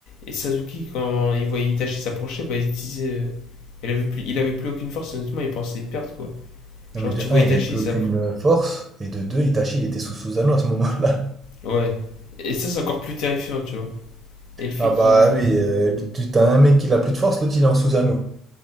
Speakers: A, on the left (about 70°); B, on the right (about 30°).
A: et Sasuke, quand il voyait Itachi s'approcher, bah, il se disait. euh, il avait plus, il avait plus aucune force, honnêtement, il pensait perdre, quoi.
B: Non,
A: Genre,
B: mais de
A: tu vois
B: un,
A: Itachi,
B: il avait plus
A: ça.
B: aucune euh, force, et de 2, Itachi, il était sous Susanoo à ce moment-là. <laughs>
A: Ouais. Et ça, c'est encore plus terrifiant, tu vois. Et le fait
B: Ah
A: qu'il.
B: bah oui, euh, tu t'as un mec qui n'a plus de force, l'autre il est en Susanoo.